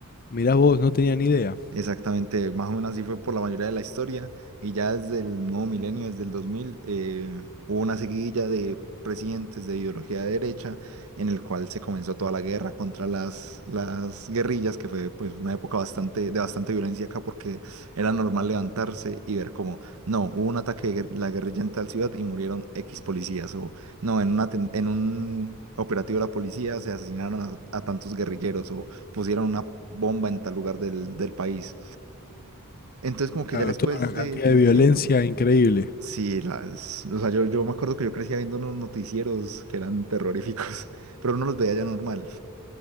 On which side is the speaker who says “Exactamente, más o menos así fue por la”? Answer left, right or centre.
Right